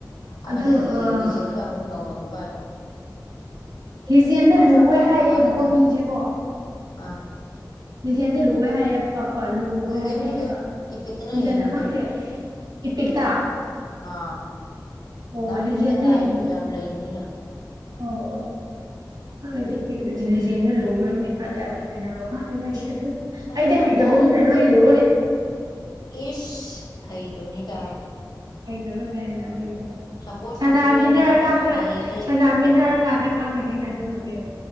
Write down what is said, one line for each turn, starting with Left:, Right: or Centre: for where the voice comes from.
Left: ꯑꯃꯅ
Right: ꯑꯗꯨ
Left: ꯂꯤ
Right: ꯑꯥ
Left: ꯂꯤꯖꯦꯗꯨꯅ ꯑꯃꯨꯛ ꯅꯧꯅ ꯑꯃꯨꯛ ꯄꯥꯏꯕ
Right: ꯂꯤꯖꯦꯅ
Left: ꯄꯥꯁꯋꯥꯔꯗ
Right: ꯂꯨꯋꯦ
Left: ꯈꯪꯗꯕ
Right: ꯍꯥꯏꯌꯦꯦ
Left: ꯋꯥꯅꯤꯅ
Right: ꯅꯀꯣ ꯃꯤꯁꯦꯕꯣ
Left: ꯑꯥ
Right: ꯖꯦꯅꯦ ꯂꯣꯏꯋ ꯍꯥꯏꯌꯦ ꯀꯣ ꯂꯨꯦ
Left: ꯂꯨꯗꯦ
Right: ꯍꯥꯏꯅꯩꯌꯦꯕ
Left: ꯂꯨꯗꯦ ꯏꯄꯤꯛꯇꯅ
Right: ꯏꯖꯟꯗ
Left: ꯍꯦꯟꯅ ꯂꯨꯋꯦ
Right: ꯈꯪꯗꯦ ꯏꯄꯤꯛꯇ
Left: ꯑꯥ
Right: ꯑꯣ
Left: ꯗꯥꯎ
Right: ꯂꯤꯖꯦꯟꯗ
Left: ꯁꯤꯁꯇꯦꯝ ꯂꯥꯛ
Right: ꯍꯦꯟꯅ ꯂꯨ
Left: ꯌꯥꯝ ꯂꯩꯕꯅꯤꯅ
Right: ꯑꯣ ꯍ ꯄꯖꯤꯂꯦꯁꯤ ꯂꯣ ꯑꯗꯨꯔꯒꯣ ꯑꯗꯨ
Left: ꯑꯩꯈꯣꯏꯗꯤ
Right: ꯑꯩꯗꯤ
Left: ꯈꯪꯗꯦ
Right: ꯍꯩꯇꯕꯅꯤꯅ ꯂꯣꯏ ꯂꯨ
Left: ꯏꯁ ꯍꯩꯗꯣꯅꯤꯒ
Right: ꯍꯩꯗꯕꯅꯦꯅ ꯑꯗꯨꯒ
Left: ꯁꯞꯄꯣꯔꯠꯄꯨ
Right: ꯁꯥꯟꯅꯃꯤꯟꯅꯔꯀꯥꯟꯗ
Left: ꯄꯤꯕ ꯍꯩꯔꯗꯤ
Right: ꯁꯅꯃꯤꯟꯅꯔꯀꯥꯟꯗ
Left: ꯌꯥꯔꯦ
Right: ꯍꯥꯏꯅꯤꯅ ꯑ ꯑꯗꯨ ꯍꯗ